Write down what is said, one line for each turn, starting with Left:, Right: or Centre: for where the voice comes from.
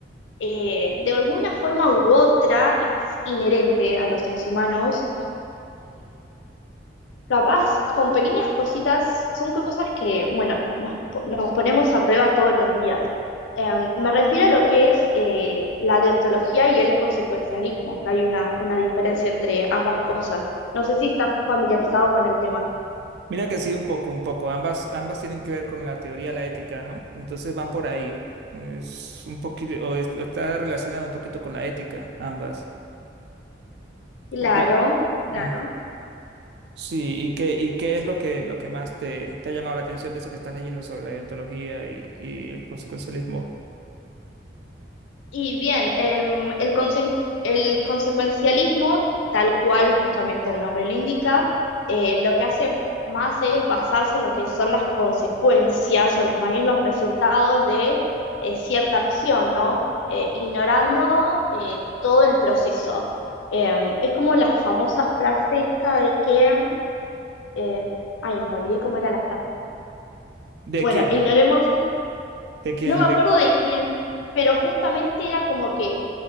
Left: eh, de alguna forma u otra es inherente a los seres humanos. Capaz con pequeñas cositas, son cosas que, bueno, nos, po- nos ponemos a prueba todos los días. Em, me refiero a lo que es eh, la deontología y el consecuencialismo, que hay una, una diferencia entre ambas cosas. No sé si estás familiarizado con el tema.
Right: Mira que sí, un poco, un poco. Ambas, ambas tienen que ver con la teoría de la ética, ¿no? Entonces van por ahí. Es un poquito, o, es- o está relacionado un poquito con la ética, ambas.
Left: Claro.
Right: O cuen-
Left: claro.
Right: Mm, Sí, ¿y qué, y qué es lo que, lo que más te, te ha llamado la atención de eso que estás leyendo sobre la deontología y, y el consecuencialismo?
Left: Y bien, em, el, conse- el consecuencialismo, tal cual justamente el nombre lo indica, eh, lo que hace más es basarse en lo que son las consecuencias o los, más bien los resultados de eh, cierta acción, ¿no? Eh, ignorando eh, todo el proceso. Em, es como la famosa frase esta de que, eh, ay, me olvidé cómo era la frase.
Right: ¿De
Left: Bueno,
Right: quién?
Left: ignoremos,
Right: ¿De quién?
Left: no me acuerdo
Right: De...
Left: de quién, pero justamente era como que